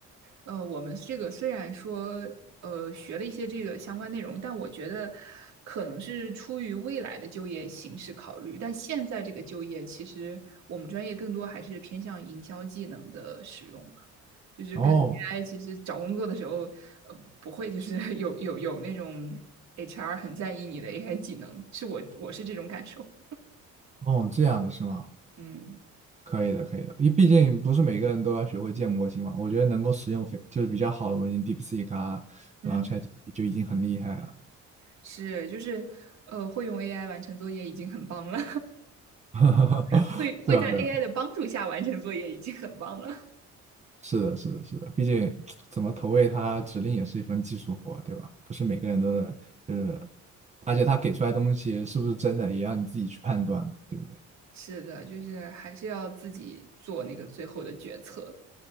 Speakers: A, on the right (about 65°); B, on the right (about 20°).
A: 呃，我们这个虽然说呃学了一些这个相关内容，但我觉得可能是出于未来的就业形势考虑。但现在这个就业，其实我们专业更多还是偏向营销技能的使用。就是跟
B: 哦
A: AI 其实找工作的时候，呃，不会就是 <laughs> 有有有那种 HR 很在意你的 AI 技能，是我我是这种感受。
B: 哦，这样的是吗？
A: 嗯
B: 可以的，可以的，因为毕竟不是每个人都要学会建模型嘛。我觉得能够使用非就是比较好的模型，DeepSeek 啊，
A: 嗯，
B: 然后 ChatGPT 就已经很厉害了。
A: 是就是呃，会用 AI 完成作业已经很棒了，
B: <laughs>
A: <laughs> 会会在
B: 对啊，对啊，
A: AI 的帮助下完成作业已经很棒了。<laughs>
B: 是的，是的，是的，毕竟怎么投喂它指令也是一份技术活，对吧？不是每个人都能，就是而且它给出来东西是不是真的，也要你自己去判断嘛，对不对？
A: 是的，就是还是要自己做那个最后的决策。